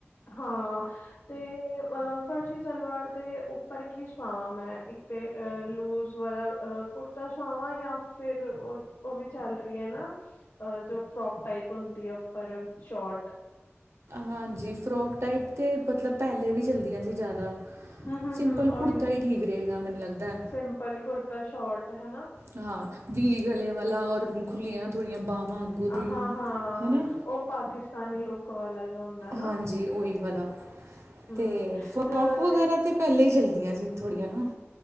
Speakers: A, on the left; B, on the right.
A: ਹਾਂ, ਤੇ ਅਹ ਫਰਸ਼ੀ ਸਲਵਾਰ ਦੇ ਉੱਪਰ ਕੀ ਸੁਵਾਵਾਂ ਮੈਂ। ਇੱਕ ਤੇ ਅ ਲੂਜ ਵਾਲਾ ਕੁੜਤਾ ਸੁਆਵਾਂ ਜਾਂ ਫਿਰ ਉਹ -ਉਹ ਵੀ ਚੱਲ ਰਹੀ ਹੈ ਨਾ। ਜੋ ਫਰੋਕ ਟਾਈਪ ਹੁੰਦੀ ਹੈ ਉੱਪਰ ਸ਼ੋਟ
B: ਹਾਂਜੀ, ਫਰੋਕ ਟਾਈਪ ਤਾਂ ਮਤਲਬ ਪਹਿਲੇ ਵੀ ਚੱਲਦੀਆਂ ਸੀ ਜ਼ਿਆਦਾ।
A: ਹਮ ਹਮ
B: ਸਿੰਪਲ
A: ਹਮ ਉਹੀ
B: ਕੁੜਤਾ ਹੀ ਠੀਕ ਰਹੇਗਾ ਮੈਨੂੰ ਲੱਗਦਾ।
A: ਸਿੰਪਲ ਕੁੜਤਾ ਸ਼ੋਟ ਹਨਾ।
B: ਹਾਂ ਵੀ, ਗਲੇ ਵਾਲਾ ਔਰ ਖੁੱਲੀਆਂ ਥੋੜੀਆਂ ਬਾਹਾਂ ਅੱਗੋਂ ਦੀ
A: ਹਾਂ ਹਾਂ
B: ਹਨਾ।
A: ਉਹ ਪਾਕਿਸਤਾਨੀ ਲੌਕ ਵਾਲਾ। ਜੋ ਹੁੰਦਾ ਨਾ
B: ਹਾਂਜੀ ਉਹੀ ਵਾਲਾ
A: ਹਮ
B: ਤੇ, ਫਰੋਕ
A: ਤੇ ਉਹਦੇ
B: ਵਗੈਰਾ ਤੇ ਪਹਿਲਾਂ ਹੀ, ਚੱਲਦੀਆਂ ਸੀ ਥੋੜੀਆਂ ਨਾ।